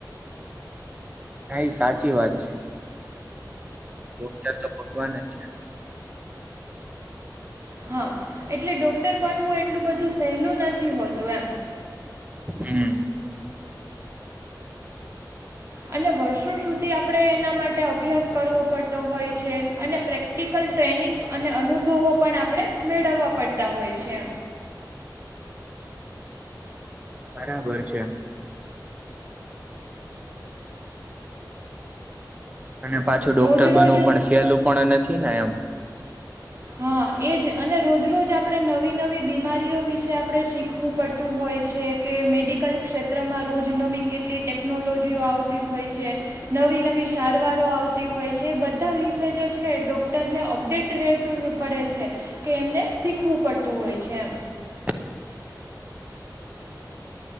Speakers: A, on the right; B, on the right.
A: કાઈ સાચી વાત છે. ડોક્ટર તો ભગવાન જ છે.
B: હા એટલે ડોક્ટર બનવું એટલું બધું સહેલું નથી હોતું એમ
A: હમ્મ.
B: અને વર્ષો સુધી આપણે એના માટે અભ્યાસ કરવો પડતો હોય છે અને પ્રેક ટિકલ ટ્રેનિંગ અને અનુભવો પણ આપણે મેળવવા પડતા હોય છે.
A: બરાબર છે. અને પાછું ડોક્ટર
B: રોજ રોજ
A: બનવું પણ સહેલું પણ નથી ને એમ
B: હા એ જ રોજ રોજ આપણે નવી નવી બીમારીઓ વિશે આપણે શીખવું વું પડતું હોય છે કે મેડિકલ ક્ષેત્રમાં રોજ નવી કેટલી ટેકનોલોજીઓ આવતી તી હોય છે. નવી નવી સારવારો આવતી હોય છે એ બધા વિશે જે છે ડોક્ટરને અપડેટ રહે પડે છે કે એમને શીખવું પડતું હોય છે એમ
A: <inaudible>